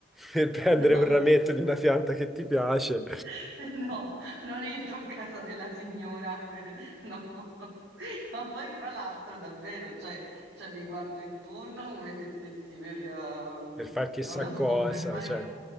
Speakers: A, in the centre; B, on the right.
A: per prendere
B: No.
A: un rametto di una pianta che ti piace,
B: <laughs> No, non entro a casa della signora, per- no. <laughs> Ma poi fra l'altro davvero, cioè, cioè, mi guardo intorno come se stessi per, ehm,
A: per far chissà
B: non lo so,
A: cosa.
B: per fare
A: cioè.
B: un,